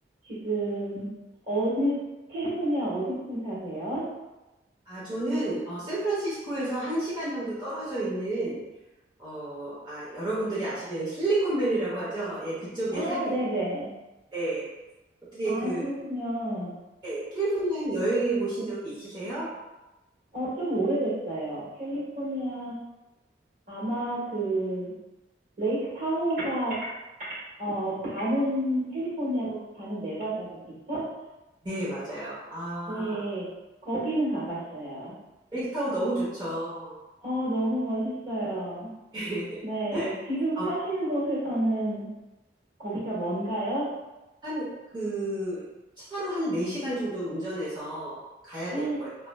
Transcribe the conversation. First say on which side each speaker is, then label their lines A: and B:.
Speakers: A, on the right; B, on the right.
A: 지금, 어느, 캘리포니아 어디쯤 사세요?
B: 아, 저는 어, 샌프란시스코에서 한시간 정도 떨어져 있는 어, 아, 여러분들이 아시기는 실리콘밸리라고 하죠. 예, 그쪽에
A: 아,
B: 살고
A: 네네.
B: 있는데 어떻게
A: 아,
B: 그
A: 그렇군요.
B: 예, 캘리포니아 여행해 보신 적이 있으세요?
A: 어, 좀 오래됐어요. 캘리포니아, 아마 그, 레이크 타호가 어, 반은 캘리포니아고 그 반은 네바다고 그렇죠?
B: 네, 맞아요. 아,
A: 네, 거기는 가봤어요.
B: 렉타워 너무 좋죠.
A: 어, 너무 멋있어요.
B: <laughs>
A: 네, 지금
B: 아,
A: 사시는 곳에서는 거기가 먼가요?
B: 한그 차로 한 네시간 정도 운전해서 가야
A: 아,
B: 될 거예요.